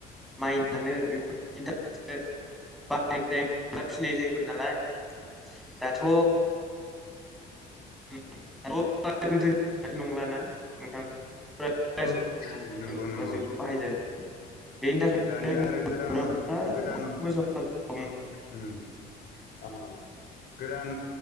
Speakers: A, in the centre; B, on the left (about 65°).
A: माइ नानो बेफोरबायदिनि थाखायो बाहाय फिनाय जायोमोन नालाय। दाथ' <unintelligible> बादि नंलाना नोंथां गासिबो
B: औ औ नंगौ नंगौ
A: माबाजोबो बाहायजाजोबो बेनि थाखायनो
B: दानिया आरो गोदान गोदान
A: मोसौ हालुवाखौ
B: उम ओ गोदान